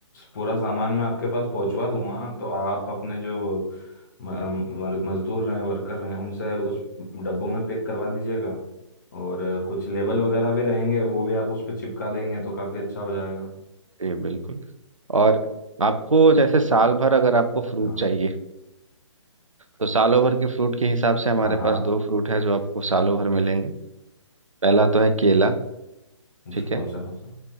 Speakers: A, on the left; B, on the right.
A: पूरा सामान मैं आपके पास पहुंचवा दूंगा तो आप अपने जो म- म- मजदूर हैं वर्कर हैं उनसे उस डब्बों में पैक करवा दीजिएगा और कुछ लेबल वगैरह भी रहेंगे वो भी आप उस पर चिपका देंगे तो काफ़ी अच्छा हो जाएगा
B: जी बिल्कुल और आपको जैसे साल भर अगर आपको
A: हाँ
B: फ्रूट चाहिए तो सालों भर के फ्रूट के हिसाब से हमारे
A: हाँ हाँ
B: पास दो फ्रूट है जो आपको सालों भर मिलेंगे पहला तो है केला ठीक
A: जी
B: है
A: कौन सा कौन सा